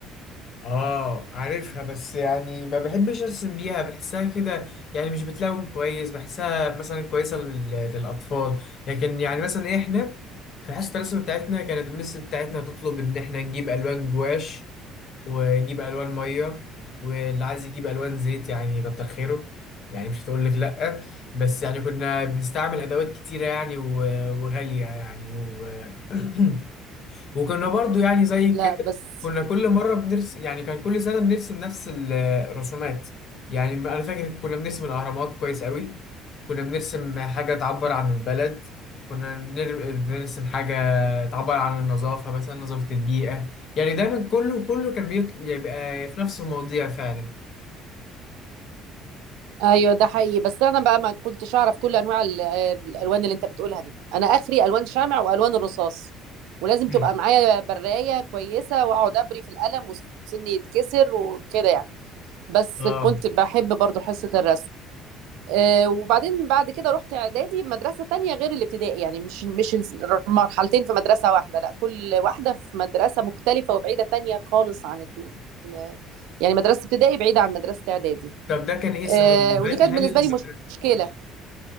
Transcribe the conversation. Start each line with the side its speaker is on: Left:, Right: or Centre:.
Left: اه عارفها بس يعني ما بحبش ارسم بيها بحسها كده يعني مش بتلون كويس بحسها مثلا كويسه لل- للاطفال لكن يعني مثلا احنا في حصه الرسم بتاعتنا كانت المس بتاعتنا تطلب ان احنا نجيب الوان جواش ونجيب الوان ميه واللي عايز يجيب الوان زيت يعني كتر خيره يعني مش هتقول لك لا بس يعني كنا بنستعمل ادوات كتيره يعني و- وغاليه يعني و <clears throat> وكنا برضو يعني زي كده
Right: لا بس
Left: كنا كل مرة بنرسم يعني كان كل سنة بنرسم نفس الرسومات يعني أنا فاكر كنا بنرسم الأهرامات كويس قوي كنا بنرسم حاجة تعبر عن البلد كنا بنر- بنرسم حاجة تعبر عن النظافة مثلا نظافة البيئة يعني دايما كله كله كان بيبقى في نفس المواضيع فعلا
Right: ايوه ده حقيقي بس انا بقى ما كنتش اعرف كل انواع ال- آه، الالوان اللي انت بتقولها دي انا اخري الوان شمع والوان الرصاص ولازم
Left: مم.
Right: تبقى معايا برايه كويسه واقعد ابري في القلم وسني يتكسر وكده يعني بس
Left: اه
Right: كنت بحب برضو حصه الرسم آه، وبعدين بعد كده رحت اعدادي مدرسه تانية غير الابتدائي يعني مش مش مرحلتين في مدرسه واحده لا كل واحده في مدرسه مختلفه وبعيده تانية خالص عن ال... ال- يعني مدرسه ابتدائي بعيده عن مدرسه اعدادي
Left: طب ده كان ايه سبب
Right: آه، ودي
Left: هل
Right: كانت
Left: هل
Right: بالنسبه
Left: المدرسة
Right: لي مش- مشكله